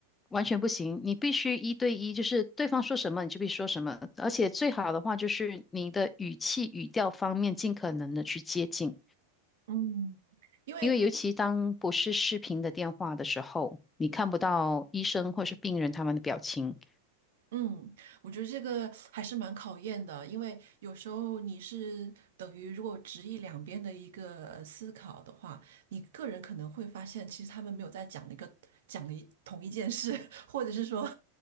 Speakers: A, on the left (about 15°); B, on the right (about 55°).
A: 完全不行，你必须一对一，就是对方说什么你就必须说什么，而且最好的话就是你的语气、语调方面尽可能的去接近，
B: 嗯，因为
A: 因为尤其当不是视频的电话的时候，你看不到医生或是病人他们的表情。
B: 嗯，我觉得这个还是蛮考验的，因为有时候你是等于如果直译两边的一个呃思考的话，你个人可能会发现，其实他们没有在讲一个讲一同一件事，<laughs> 或者是说，